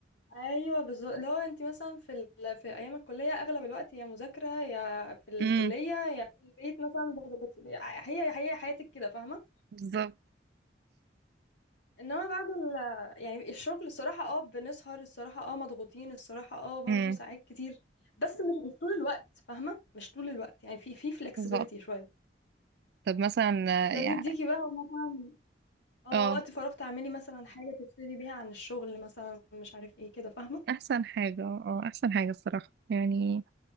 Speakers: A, on the left (about 75°); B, on the right (about 60°).
A: ايوه بالظبط لو انت مثلا في ال... في ايام الكليه اغلب الوقت يا مذاكره يا في الكليه
B: امم
A: يا في البيت مثلا بت... بت... هي هي حياتك كده فاهمه
B: بالظبط
A: انما بعد ال... يعني الشغل الصراحه اه بنسهر الصراحه اه مضغوطين الصراحه اه برضو
B: امم
A: ساعات كتير بس مش مش طول الوقت فاهمه مش طول الوقت يعني في في فلكسبيليتي
B: بالظبط
A: شويه
B: طب مثلا
A: ده
B: آه، يعني
A: بيديكي بقى مثلا اه
B: اه
A: وقت فراغ تعملي مثلا حاجه تفصلي بيها عن الشغل مثلا مش عارف ايه كده فاهمه
B: احسن حاجه اه احسن حاجه الصراحه يعني